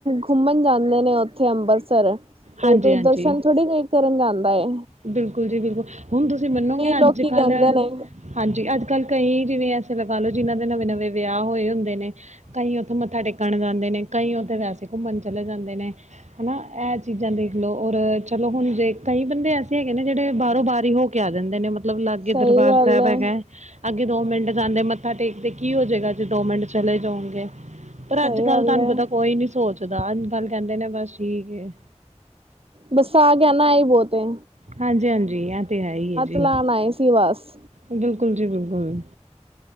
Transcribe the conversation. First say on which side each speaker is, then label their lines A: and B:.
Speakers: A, on the right; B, on the right.
A: ਘੁੰਮਣ ਜਾਂਦੇ ਨੇ ਉਥੇ ਅੰਬਰਸਰ ਕੋਈ-ਕੋਈ
B: ਹਾਂਜੀ ਹਾਂਜੀ
A: ਦਰਸ਼ਨ ਥੋੜੀ ਕਰਨ ਜਾਂਦਾ ਏ।
B: ਬਿਲਕੁਲ ਜੀ ਬਿਲਕੁਲ ਹੁਨ ਤੁਸੀਂ ਮੰਨੋਗੇ ਅੱਜ-ਕੱਲ
A: ਲੋਕੀ ਕਹਿੰਦੇ ਨੇ
B: ਹਾਂਜੀ ਅੱਜ-ਕੱਲ ਕਈ ਜਿਵੇਂ ਐਸੇ ਲਗਾ ਲੋ ਜਿਨਾਂ ਦੇ ਨਵੇਂ-ਨਵੇਂ ਵਿਆਹ ਹੋਏ ਹੁੰਦੇ ਨੇ। ਕਈ ਉੱਥੇ ਮੱਥਾ ਟੇਕਣ ਜਾਂਦੇ ਨੇ, ਕਈ ਉੱਥੇ ਵੈਸੇ ਘੁੰਮਣ ਚਲੇ ਜਾਂਦੇ ਨੇ। ਹਨਾ ਏਹ ਚੀਜ਼ਾਂ ਦੇਖ ਲੋ ਔਰ ਚਲੋ ਹੁਣ ਜੇ ਕਈ ਬੰਦੇ ਐਸ ਹੈਗੇ ਨੇ ਜੇੜੇ ਬਾਹੋਂ ਬਾਰ ਹੀ ਹੋ ਕੇ ਆ ਜਾਂਦੇ ਨੇ ਮਤਲਬ ਲਾਗੇ
A: ਸਹੀ
B: ਦਰਬਾਰ
A: ਗੱਲ
B: ਸੈਬ
A: ਹੈ
B: ਹੈਗਾ। ਅੱਗੇ ਦੋ ਮਿੰਟ ਜਾਂਦੇ ਮੱਥਾ ਟੇਕਦੇ ਕੀ ਹੋ ਜੇਗਾ ਜੇ ਦੋ ਮਿੰਟ ਚਲੇ ਜਾਉਗੇ। ਪਰ
A: ਸਹੀ
B: ਅੱਜ-ਕੱਲ
A: ਗੱਲ
B: ਤਾਨ
A: ਹੈ
B: ਪਤਾ ਕੋਈ ਨੀ ਸੋਚਦਾ ਅੱਜ-ਕੱਲ ਕਹਿੰਦੇ ਨੇ ਬਸ ਠੀਕ ਏ।
A: ਬਸ ਆ ਗਿਆ ਨਾ ਏ ਹੀ ਬੌਤ ਏ।
B: ਹਾਂਜੀ-ਹਾਂਜੀ ਐ ਤੇ ਹੈ ਹੀ ਹੈ ਜੀ।
A: ਲਾਉਣ ਆਏ ਸੀ ਵਾਸ
B: ਬਿਲਕੁਲ ਜੀ ਬਿਲਕੁਲ।